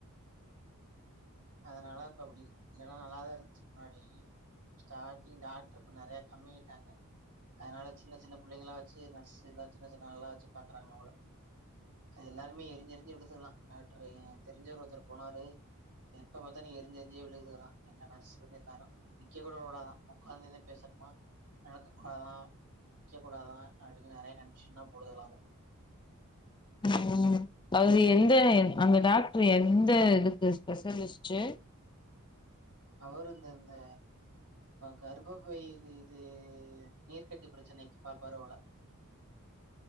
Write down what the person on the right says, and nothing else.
அதனால இப்ப அப்படி இருக்கு ல்லாம் நல்லாதான் இருந்துச்சு முன்னாடி ஸ்டா டாக்டர் பண்ணர கம்மி அதனால சின்ன சின்ன பிள்ளைங்களா வச்சு நர்ஸ் எல்ல சின்ன சின்னல்லாம் வச்சு பாக்குறாங்க அவள அது எல்லாருமே எரிஞ் செரிஞ்சு விழுதுக்கலாம் டாக்டர் தெரிஞ்ச ஒருத்தர் போனாரு எப்ப பார்த்தா நீ எரிஞ்சுரி்சே விழுயதுக்கலாம் எல்லாரும் நிக்க கூட கூடாதான் உக்காந்துந்து பேசணுமா நடக்க கூடாதான் நக்க கூடாதான் அ நிறைய கமிஷன் போடுதல்லாம
அவர் இந்த கர்ப்ப பைய இதுது நீர்கட்டி பிரச்சனைக்கு பா பரவல